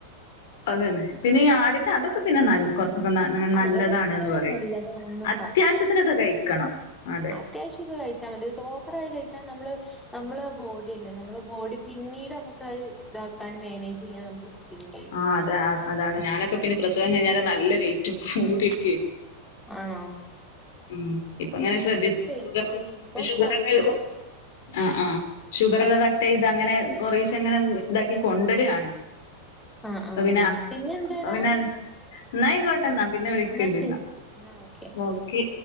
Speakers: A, on the left; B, in the centre.
A: അതന്നെ. പിന്നെ ഈ ആടിന്റെ അതൊക്കെ പിന്നെ നല് കൊറച്ചൊക്കെ ന്ന
B: ആഹ്
A: നല്ലതാണ്ന്ന്
B: അതൊക്കെ പിന്നെ
A: പറയും.
B: നല്ലതാണെന്ന്
A: അത്യാശ്യത്തിനൊക്കെ കഴിക്കണം അതെ.
B: അത്യാവശ്യം ഒക്കെ കഴിച്ചാ മതി. അത് ഓവറായി കഴിച്ചാ നമ്മള് നമ്മളെ ബോഡി ഇല്ലേ നമ്മളെ ബോഡി പിന്നീട് അമ്മക്ക് അത് ഇതാക്കാൻ മാനേജ് ചെയ്യാൻ നമുക്ക് ബുദ്ധിമുട്ടായിരിക്കും.
A: ആഹ് അതെ അതാണ്. ഞാനൊക്കെ പിന്നെ പ്രസവം കഴിഞ്ഞാല് നല്ല വെയ്റ്റ് കൂടീട്ടെ
B: ആന്നോ
A: ഉം ഇപ്പ ഇങ്ങനെ ശ്രദ്ധിച്ച്
B: വെയിറ്റ്
A: ഷുഗറും
B: വെച്ചീനി. ഇപ്പം
A: ഷുഗറൊക്കെ
B: കൊറഞ്ഞ്
A: കൊറച്ച് ആഹ് ആഹ് ഷുഗറൊക്കെ കട്ടയ്ത് അങ്ങനെ കൊറേശങ്ങനെ ഇതാക്കി കൊണ്ടരാണ്.
B: ആഹ്
A: അപ്പ
B: ആഹ്
A: പിന്ന
B: പിന്നെന്താടാ?
A: അപ്പ പിന്നെ ന്നാ അയ്കോട്ടെ. ഓക്കേ എന്നാ പിന്നെ വിളിക്കേണ്ടിന്ന
B: എന്നാ ശരി. എന്നാ ഓക്കെ.
A: ഓക്കെ.